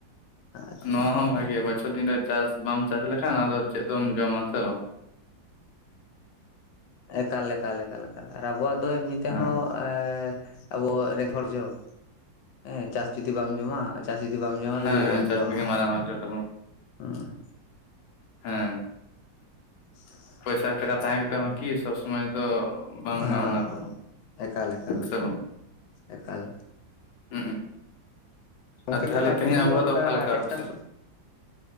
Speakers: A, on the left; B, on the left.
A: ᱟᱨ
B: ᱱᱚᱣᱟ ᱦᱚᱸ ᱵᱷᱟᱜᱮᱭᱟ ᱵᱚᱪᱷᱚᱨ ᱫᱤᱱ ᱨᱮ ᱪᱟᱥ ᱵᱟᱢ ᱪᱟᱥ ᱞᱮᱠᱷᱟᱱ ᱟᱫ ᱪᱮᱫ ᱫᱚᱢ ᱡᱚᱢᱟ ᱥᱮ ᱵᱟᱝ
A: ᱮᱠᱟᱞ ᱮᱠᱟᱞ ᱮᱠᱟᱞ ᱟᱨ ᱟᱵᱚᱣᱟᱜ ᱫᱚ ᱮᱢᱱᱤ ᱛᱮᱦᱚᱸ
B: ᱦᱮᱸ
A: ᱮ ᱟᱵᱚ ᱨᱮᱸᱜ <unintelligible> ᱦᱚᱲ ᱡᱚ ᱦᱮᱸ ᱪᱟᱥ ᱡᱩᱫᱤ ᱵᱟᱢ ᱡᱚᱢᱟ ᱪᱟᱥ ᱡᱩᱫᱤ ᱵᱟᱢ ᱡᱚᱢᱟ
B: ᱦᱮᱸ
A: ᱪᱮᱫ
B: ᱦᱮᱸ
A: ᱮᱢ
B: ᱪᱟᱥ
A: ᱡᱚᱢᱟ?
B: ᱨᱮᱜᱮ ᱢᱟᱨᱟᱝ ᱚᱨᱡᱚ ᱛᱟᱵᱚᱱ
A: ᱦ <unintelligible>
B: ᱦᱮᱸ
A: <inaudible>
B: ᱯᱚᱭᱥᱟ ᱴᱟᱠᱟ ᱛᱟᱦᱮᱸ ᱠᱟᱛᱮ ᱦᱚᱸ ᱠᱤ ᱥᱚᱵᱽ ᱥᱚᱢᱚᱭ ᱫᱚ ᱵᱟᱝ
A: ᱦᱚᱸ
B: ᱜᱟᱱᱚᱜᱼᱟ ᱚᱱᱟ ᱛᱮᱦᱚᱸ
A: ᱮᱠᱟᱞ ᱮᱠᱟᱞ
B: ᱥᱮ
A: ᱮᱠᱟᱞ
B: ᱦᱮᱸ
A: ᱜᱚᱝᱠᱮ
B: ᱟᱨ ᱛᱟᱦᱞᱮ
A: ᱛᱟᱦᱚᱞᱮ ᱟᱯᱮ
B: ᱛᱮᱦᱤᱧ
A: ᱥᱮᱱ
B: ᱟᱵᱚᱦᱟᱣᱟ
A: ᱚᱱᱠᱟ
B: ᱫᱚ ᱚᱠᱟ ᱞᱮᱠᱟ
A: ᱴᱮᱠᱴᱟᱨ
B: ᱟᱯᱮ ᱥᱮᱫ?
A: ᱠᱚ